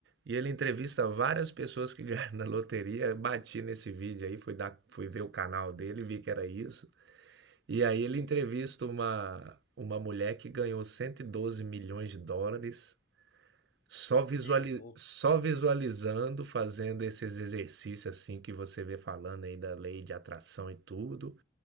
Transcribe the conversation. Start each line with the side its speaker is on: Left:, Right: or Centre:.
Right: e ele entrevista várias pessoas que <laughs> ganharam na loteria. Eu bati nesse vídeo aí, fui, dar, fui ver o canal dele, vi que era isso. E aí ele entrevista uma, uma mulher que ganhou 112 milhões de dólares só,
Left: Você
Right: visuali
Left: é louco.
Right: só visualizando, fazendo esses exercícios assim que você vê falando aí da lei de atração e tudo.